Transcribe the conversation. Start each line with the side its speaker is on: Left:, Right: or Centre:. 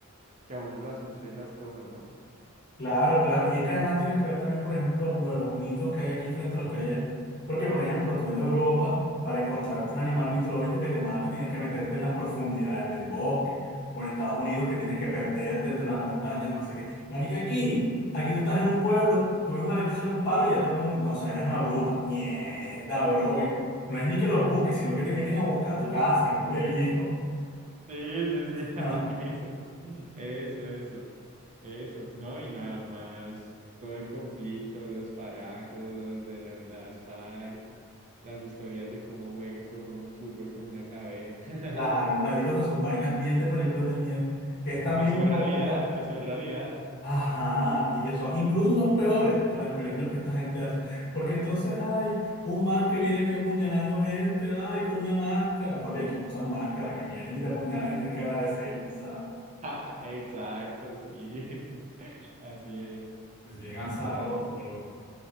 Right: que a uno lo asuste las cosas, ¿no?
Left: Claro, claro. Y es que además tienes que ver también, por ejemplo, lo de los mitos que hay aquí frente a los que hay allá. Porque, por ejemplo, tú en Europa, para encontrarte un animal mitológico que te mate, tienes que meterte en las profundidades del bosque. O en Estados Unidos, que tienes que perderte entre las montañas, no sé qué. Marica, aquí, aquí tú estás en un pueblo, tú ves una lechuza en un palo y ya todo el mundo, no, esa vaina es una bruja. Mierda, bro.
Right: <laughs>
Left: Y no es ni que los busques, sino que te vienen a buscar a tu casa, culé el hijo.
Right: Sí, sí, sí, <laughs>
Left: <laughs>
Right: eso, eso, eso, eso, no, y nada más, todo el conflicto, los paracos, los de la- las FARC, las historias de cómo juegan con un fútbol con una cabeza, <laughs>
Left: Claro, marica, o sea, son vainas bien de películas de miedo, que es también
Right: que son
Left: un
Right: realidad,
Left: poco...
Right: que son realidad.
Left: Ajá, y que son, incluso son peores que las películas que esta gente hace. Porque entonces hay un man que viene aquí apuñalando gente, ay, con una máscara. Papi, aquí no usan máscara, que vienen y te apuñalan y tienes que agradecer, ¿sabes?
Right: Ah, exacto, sí. <laughs> Así es,
Left: Es bien azaroso,
Right: literal, sí.
Left: loco.